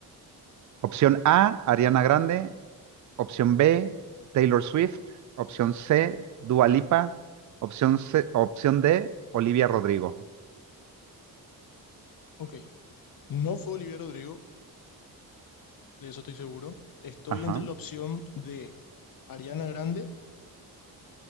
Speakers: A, on the right (about 50°); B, on the left (about 60°).
A: Opción A, Ariana Grande. Opción B, Taylor Swift. Opción C, Dua Lipa. Opción C- opción D, Olivia Rodrigo.
B: Ok, no fue Olivia Rodrigo, de eso estoy seguro. Estoy
A: Ajá.
B: entre la opción de Ariana Grande.